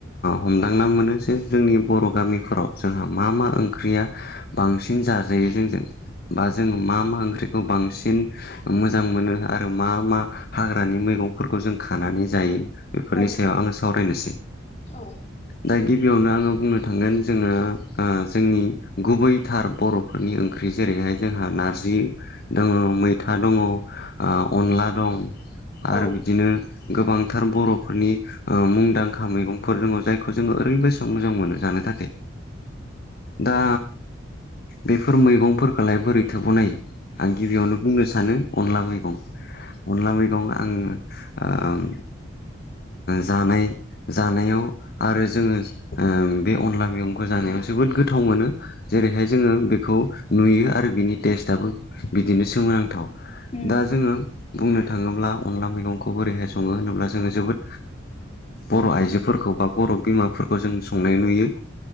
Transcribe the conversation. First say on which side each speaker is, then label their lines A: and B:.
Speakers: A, on the left; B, on the left.
A: हमदांना मोनो जे जोंनि बर' गामिफोराव जोंहा मा मा ओंख्रिया बांसिन जाजायो जोंजों बा जोंङो मा मा ओंख्रिखौ बांसिन मोजां मोनो आरो मा मा हाग्रानि मैगंफोरखौ जों खानानै जायो बेफोरनि
B: औ
A: सायाव आङो सावरायनोसै
B: औ
A: दा गिबियावनो आङो बुंनो थांगोन जोङो जोंनि गुबै थार बर'फोरनि ओंख्रि जेरैहाय जोंहा नारजि दङ मैथा दङ अनला दं आरो
B: औ
A: बिदिनो गोबांथार बर'फोरनि मुंदांखा मैगंफोर दङ जायखौ जोङो ओरैबायस मोजां मोनो जानो थाखाय दा बेफोर मैगंफोरखौलाय बोरैथो बनायो आं गिबियावनो बुंनो सानो अनला मैगं अनला मैगं आङो जानाय जानायाव आरो जोङो बे अनला मैगंखौ जानायाव जोबोद गोथाव मोनो जेरैहाय जोङो बेखौ नुयो आरो बिनि टेस्टआबो बिदिनो सोमोनांथाव
B: उम
A: दा जोङो बुंनो थाङोब्ला अनला मैगंखौ बोरैहाय सङो होनोब्ला जोङो जोबोद बर' आइजोफोरखौ बा बर' बिमाफोरखौ जों संनाय नुयो